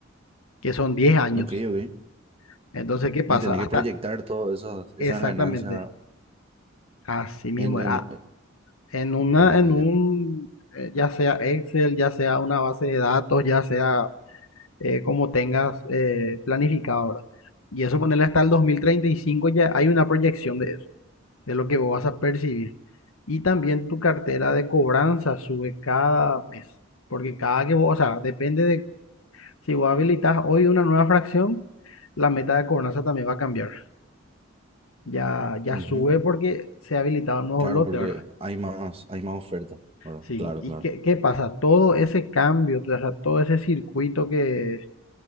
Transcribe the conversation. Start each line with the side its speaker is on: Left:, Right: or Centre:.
Left: que son 10 años.
Right: Ok, ok.
Left: Entonces, ¿qué pasa?
Right: Y tenés
Left: Hasta
Right: que proyectar todas esas, esas
Left: exactamente
Right: ganancias
Left: así mismo.
Right: en, en...
Left: Ah,
Right: eh,
Left: en una,
Right: Ya, ya,
Left: en
Right: ya.
Left: un, eh, ya sea Excel, ya sea una base de datos, ya sea eh, como tengas eh, planificado, ahora Y eso ponerle hasta el 2035 ya hay una proyección de eso, de lo que vos vas a percibir. Y también tu cartera de cobranza sube cada mes, porque cada que vos, o sea, depende de si vos habilitas hoy una nueva fracción, la meta de cobranza también va a cambiar. Ya, ya
Right: Ujú.
Left: sube porque se ha habilitado un nuevo
Right: Claro,
Left: lote,
Right: porque
Left: ¿verdad?
Right: hay más, hay más oferta. Bueno,
Left: Sí,
Right: claro,
Left: ¿y
Right: claro.
Left: qué, qué pasa? Todo ese cambio, o sea, todo ese circuito que,